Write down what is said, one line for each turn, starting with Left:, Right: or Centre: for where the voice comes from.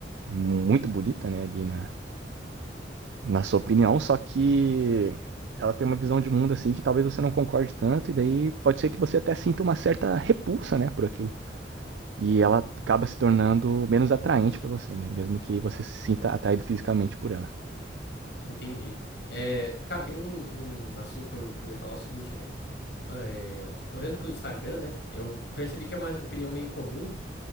Right: muito bonita, né, ali na, na sua opinião, só que ela tem uma visão de mundo assim que talvez você não concorde tanto, e daí pode ser que você até sinta uma certa repulsa, né, por aquilo. E ela acaba se tornando menos atraente para você, né, mesmo que você se sinta atraído fisicamente por ela.
Left: Entendi. É, cara, tem um, um assunto que eu, que eu ia falar é o seguinte, velho. É, olhando pelo Instagram, né? Eu percebi que é uma opinião meio comum